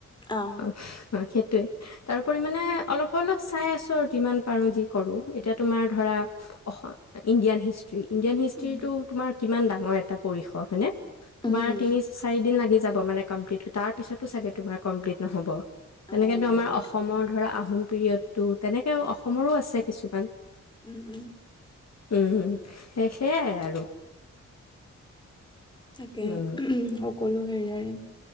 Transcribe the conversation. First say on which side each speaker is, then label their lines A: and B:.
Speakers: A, on the left (about 15°); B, on the left (about 60°).
A: অ'।
B: সেইটোৱে তাৰোপৰি মানে অলপ, অলপ চাই আছো আৰু যিমান পাৰো, যি কৰো এতিয়া তোমাৰ ধৰা অস ইণ্ডিয়ান হিষ্ট্ৰি, ইণ্ডিয়ান হিষ্ট্ৰিটো
A: উম।
B: তোমাৰ কিমান ডাঙৰ এটা পৰিসৰ হয়নে?
A: উম,
B: তোমাৰ তিনি, চাৰি দিন লাগি যাব মানে কমপ্লিট, তাৰ পিছতো চাগে তোমাৰ কমপ্লিট নহ'ব।
A: অ',
B: তেনেকেতো আমাৰ
A: সেইটোৱে
B: অসমৰ ধৰা আহোম পিৰিয়ডটো তেনেকে অসমৰো আছে কিছুমান।
A: উম, উম।
B: উম, সে, সেইয়াই আৰু
A: তাকে
B: উম,
A: <unintelligible> ক'লো হেৰিয়ৰে